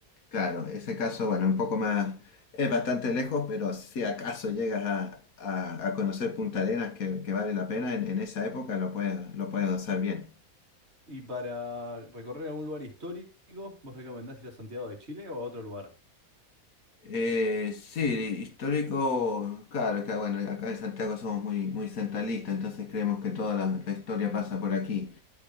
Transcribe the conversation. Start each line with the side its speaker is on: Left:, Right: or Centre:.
Left: claro, ese caso, bueno, un poco más, es bastante lejos, pero si acaso llegas a, a- a conocer Punta Arenas que, que vale la pena, en, en esa época lo puedes, lo puedes gozar bien.
Right: ¿Y para recorrer algún lugar histórico, vos recomendás ir a Santiago de Chile o a otro lugar?
Left: Eh, sí, histórico, claro, acá, bueno, acá en Santiago somos muy, muy centralistas, entonces creemos que toda la, la historia pasa por aquí.